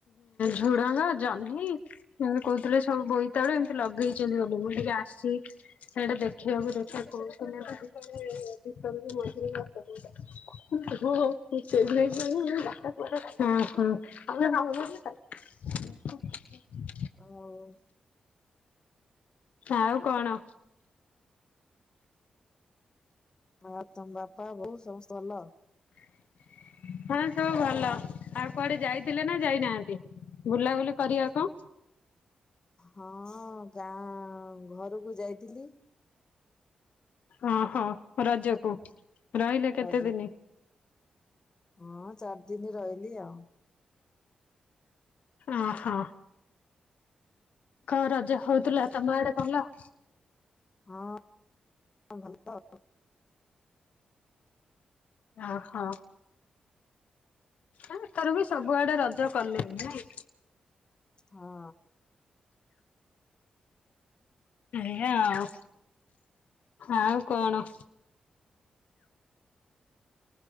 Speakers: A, on the left; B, on the left.
A: ଝୁଡଙ୍ଗ ଜହ୍ନି ଏମିତି କହୁଥିଲେ ସବୁ ବୋଇତାବେଳୁ ଏମିତି ଲଗେଇଛନ୍ତି ବୋଲି ମୁଁ ଟିକେ ଆସିଛି। ସେଇଟା ଦେଖିବାକୁ ଦେଖିବା କଣଥିଲେ <inaudible> <inaudible> ହଁ <unintelligible>
B: <unintelligible>
A: ଆଉ କଣ?
B: ଆଉ ତମ ବାପା ବୋଉ ସମସ୍ତେ ଭଲ।
A: <unintelligible> ହଁ ସବୁ ଭଲ ଆଉ କୁଆଡେ ଯାଇଥିଲେ ନା ଯାଇନାହାନ୍ତି ବୁଲାବୁଲି କରିବାକୁ।
B: ହଁ ଗାଁ ଘରକୁ ଯାଇଥିଲି।
A: ଓହୋ ରଜକୁ ରହିଲେ କେତେ
B: ରଜକୁ।
A: ଦିନ?
B: ହଁ ଚାରି ଦିନ ରହିଲି ଆଉ।
A: ଓହୋ କଣ ରଜ ହଉଥିଲା ତମ ଆଡେ ଭଲ?
B: ହଁ ଭଲ ଆଉ।
A: ଓହୋ ଏଥର ବି ସବୁଆଡେ ରଜ କଲେନି ନାଇଁ।
B: ହଁ।
A: ଏଇଆ ଆଉ ଆଉ କଣ?